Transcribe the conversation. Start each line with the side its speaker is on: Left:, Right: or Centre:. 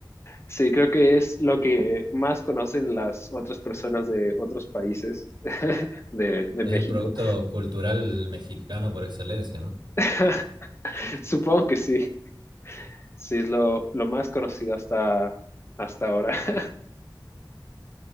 Left: Sí, creo que es lo que más conocen las otras personas de otros países <laughs> de, de
Right: Es
Left: México.
Right: el producto cultural mexicano por excelencia, ¿no?
Left: <laughs> Supongo que sí, sí, es lo, lo más conocido hasta, hasta ahora. <laughs>